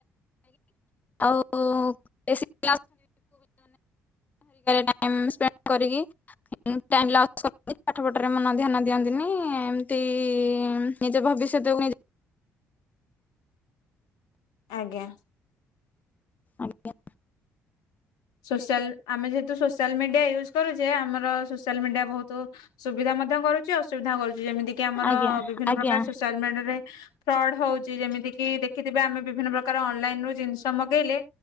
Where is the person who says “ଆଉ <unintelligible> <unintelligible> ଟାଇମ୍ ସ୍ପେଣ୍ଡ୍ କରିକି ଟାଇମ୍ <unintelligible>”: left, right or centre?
Left